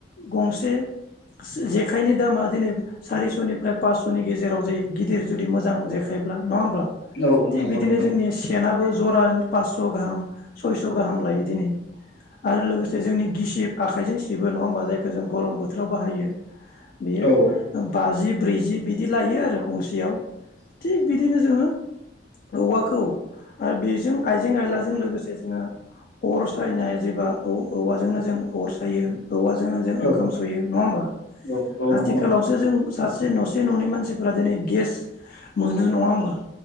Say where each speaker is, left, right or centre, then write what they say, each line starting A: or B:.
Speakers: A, on the left (about 50°); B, on the left (about 80°).
A: गंसे जे-जेखाइनि दामा दिनै सारिस'निफ्राय पासस'नि गेजेराव जायो गिदिर जुदि मोजां जेखायब्ला। नङा होमब्ला
B: औ
A: थिग
B: नंगौ
A: बिदिनो
B: नोंथां
A: जोंनि सेनाबो जरा पास्स गाहाम सयस गाहाम लायो दिनै आरो लोगोसे जोंनि गिसिब आखाइजों सिबो नङा होमबा जायखौ जों गरम बोथोराव बाहायो बेयो
B: औ
A: बाजि ब्रैजि बिदि लायो आरो गंसेयाव थिग बिदिनो जोङो औवाखौ आरो बेजों आइजें आयलाजों लोगोसे जोङो अर सायनाय जेबा औवाजोंनो जों अर सायो औवाजोंनो जों ओंखाम
B: औ
A: सयो नङा होमबा
B: औ औ
A: आथिखालावसो
B: नंगौ नोंथां
A: जों सासे जे नसे ननै मानसिफोरा दिनै गेस मोनो नङा होमबा